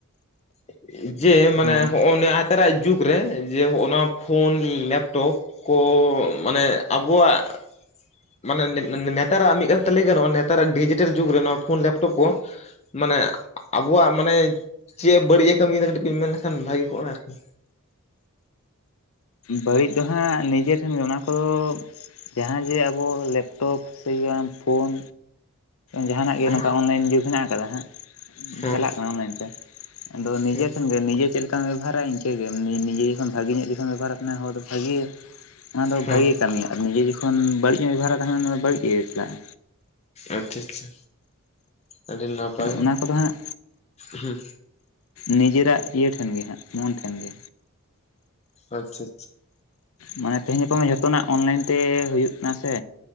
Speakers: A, on the left; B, on the left.
A: <inaudible> ᱡᱮ ᱢᱟᱱᱮ
B: ᱦᱮᱸ
A: ᱦᱚᱜᱼᱚ ᱱᱮᱛᱟᱨᱟᱜ ᱡᱩᱜᱽ ᱨᱮ ᱡᱮ ᱦᱚᱜᱼᱚ ᱱᱚᱣᱟ ᱯᱷᱳᱱ ᱞᱮᱯᱴᱚᱯ ᱠᱚ ᱢᱟᱱᱮ ᱟᱵᱚᱣᱟᱜ ᱢᱟᱱᱮ ᱱᱮ-ᱱᱮᱛᱟᱨᱟᱜ ᱢᱤᱫ ᱠᱟᱛᱷᱟ ᱛᱮ ᱞᱟᱹᱭ ᱜᱟᱱᱚᱜᱼᱟ ᱱᱮᱛᱟᱨᱟᱜ ᱰᱤᱡᱤᱴᱮᱞ ᱡᱩᱜᱽ ᱨᱮ ᱱᱚᱣᱟ ᱯᱷᱳᱱ ᱞᱮᱯᱴᱚᱯ ᱠᱚ ᱢᱟᱱᱮ ᱟᱵᱚᱣᱟᱜ ᱢᱟᱱᱮ ᱪᱮᱜ ᱮ ᱵᱟᱹᱲᱤᱡ ᱮ ᱠᱟᱹᱢᱤᱭᱮᱫᱟ ᱠᱟᱹᱴᱤᱡ ᱵᱤᱱ ᱢᱮᱱ ᱞᱠᱷᱟᱱ ᱵᱷᱟᱜᱤ ᱠᱚᱜᱼᱟ ᱟᱨᱠᱤ᱾
B: ᱵᱟᱹᱲᱤᱡ ᱫᱚᱦᱟᱸᱜ ᱱᱤᱡᱮ ᱴᱷᱮᱱ ᱜᱮ ᱚᱱᱟ ᱠᱚᱫᱚ ᱡᱟᱦᱟᱸ ᱡᱮ ᱟᱵᱚ ᱞᱮᱯᱴᱚᱯ ᱥᱮ ᱜᱮ ᱵᱟᱝ ᱯᱷᱳᱱ ᱡᱟᱦᱟᱱᱟᱜ ᱜᱮ
A: ᱦᱮᱸ
B: ᱱᱚᱝᱠᱟ ᱚᱱᱞᱟᱭᱤᱱ ᱡᱩᱜᱽ ᱦᱮᱱᱟᱜ ᱠᱟᱫᱟ ᱦᱟᱸᱜ᱾
A: ᱦᱮᱸ
B: ᱪᱟᱞᱟᱜ ᱠᱟᱱᱟ ᱢᱮᱱ ᱛᱮ ᱟᱫᱚ ᱱᱤᱡᱮ
A: ᱦᱮᱸ
B: ᱴᱷᱮᱱᱜ ᱱᱤᱡᱮ ᱪᱮᱫ ᱵᱮᱵᱷᱟᱨᱟ ᱤᱱᱠᱟᱹᱜᱮ ᱱᱤ-ᱱᱤᱡᱮ ᱡᱚᱠᱷᱚᱱ ᱵᱷᱟᱜᱮ ᱧᱚᱜ ᱡᱚᱠᱷᱚᱱ ᱵᱮᱵᱷᱟᱨ ᱠᱟᱟ ᱦᱚᱲ ᱫᱚ ᱵᱷᱟᱜᱮ ᱚᱱᱟ ᱫᱚ
A: ᱦᱮᱸ
B: ᱵᱷᱟᱜᱮ ᱠᱟᱹᱢᱤᱭᱟ ᱟᱨ ᱱᱤᱡᱮ ᱡᱚᱠᱷᱚᱱ ᱵᱟᱹᱲᱤᱡ ᱮᱢ ᱵᱮᱵᱷᱟᱨᱟ ᱛᱟᱦᱮᱱᱟ ᱚᱱᱟ ᱫᱚ ᱵᱟᱹᱲᱤᱡ ᱜᱮ ᱪᱟᱞᱟᱜᱼᱟ᱾
A: ᱟᱪᱪᱷᱟ ᱟᱪᱪᱷᱟ ᱟᱹᱰᱤ ᱱᱟᱯᱟᱭ᱾
B: ᱚᱱᱟ ᱠᱚᱫᱚ ᱦᱟᱸᱜ
A: ᱦᱩᱸ᱾
B: ᱱᱤᱡᱮᱨᱟᱜ ᱤᱭᱟᱹ ᱴᱷᱮᱱᱜᱮ ᱦᱟᱸᱜ ᱢᱚᱱ ᱴᱷᱮᱱᱜᱮ᱾
A: ᱟᱪᱪᱷᱟ ᱟᱪᱪᱷᱟ᱾
B: ᱢᱟᱱᱮ ᱛᱮᱦᱮᱧ ᱷᱟᱯᱟ ᱢᱟ ᱡᱷᱚᱛᱚᱱᱟᱜ ᱚᱱᱞᱟᱭᱤᱱ ᱛᱮ ᱦᱩᱭᱩᱜ ᱠᱟᱱᱟ ᱥᱮ᱾